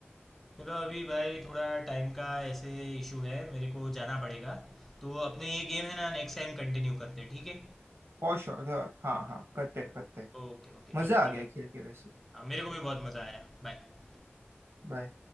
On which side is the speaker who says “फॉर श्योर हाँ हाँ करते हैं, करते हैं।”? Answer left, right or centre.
Right